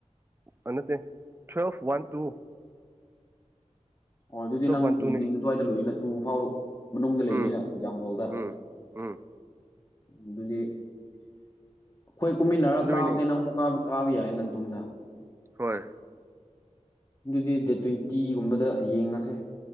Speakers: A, on the right; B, on the left.
A: ꯑ ꯇ ꯇ꯭ꯋꯦꯜꯐ ꯋꯥꯟ ꯇꯨ
B: ꯑꯣ ꯑꯗꯨꯗꯤ
A: ꯇꯨꯋꯦꯜꯐ
B: ꯅꯪ
A: ꯋꯥꯟ ꯇꯨꯅꯦ
B: ꯏꯚꯤꯅꯤꯡ ꯑꯗꯨꯋꯥꯏꯗ ꯂꯣꯏꯅ ꯇꯨ ꯐꯥꯎ ꯃꯅꯨꯡꯗ ꯂꯩꯅꯤꯅ
A: ꯎꯝ
B: ꯑꯦꯛꯖꯥꯝ ꯍꯣꯜꯗ
A: ꯎꯝ ꯎꯝ
B: ꯑꯗꯨꯗꯤ ꯑꯩꯈꯣꯏ ꯀꯨꯝꯃꯤꯟꯅꯔꯒ
A: ꯑꯗꯨꯒꯤꯅꯤ
B: ꯀꯥꯕꯗꯤ ꯅꯪ ꯀꯥꯕ ꯀꯥꯕ ꯌꯥꯏꯅ ꯅꯇꯣꯝꯗ
A: ꯍꯣꯏ
B: ꯑꯗꯨꯗꯤ ꯗꯦꯠ ꯇ꯭ꯋꯦꯟꯇꯤꯒꯨꯝꯕꯗ ꯌꯦꯡꯉꯁꯦ